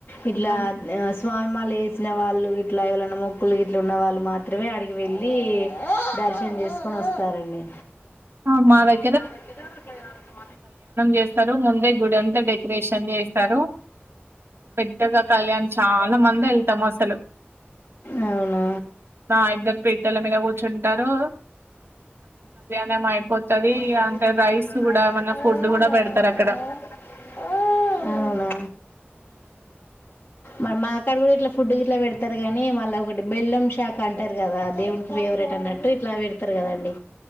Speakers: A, on the left; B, on the right.
A: ఇట్ల
B: అంతే.
A: స్వామి మాలేసిన వాళ్ళు ఇట్ల ఎవలన్నా మొక్కులు ఇట్ల ఉన్న వాళ్ళు మాత్రమే అడికి వెళ్ళి దర్శనం చేస్తు కొనస్తారండి
B: ఆ! మా వైప్
A: <unintelligible> హ్మ్మ్
B: చేస్తారు ముందే గుడి అంతా డెకరేషన్ చేస్తారు పెద్దగా కళ్యాణం చాలా మంది వెళ్తాం అసలు
A: అవునా
B: ఆ ఇద్దరు పీటల మీద కూర్చుంటారు మేము అయిపోతది
A: <unintelligible> అవునా
B: అంటే రైస్ కూడా మన ఫుడ్ కూడా పెడతారు అక్కడ
A: మరి మాకాడ కూడా ఇట్లా ఫుడ్ గిట్లా పెడతారు కాని వాళ్లు ఒకటి బెల్లం షాక అంటారు కదా దేవు ఫేవరెట్ అన్నట్టు ఇట్లా పెడతారు కదండి